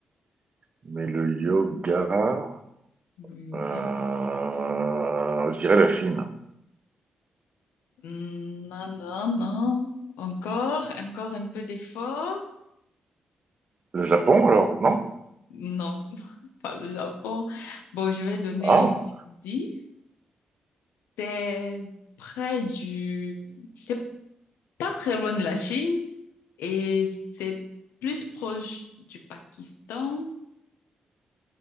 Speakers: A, on the right (about 45°); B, on the left (about 85°).
A: Mais le yoga,
B: Le yoga.
A: euh, je dirais la Chine.
B: Hmm, Non, non, non. Encore, encore un peu d'effort.
A: Le Japon, alors, non?
B: Non, <laughs> pas le Japon. Bon, je vais donner
A: Ah,
B: une 10. C'est près du... C'est pas très loin de la Chine et c'est plus proche du Pakistan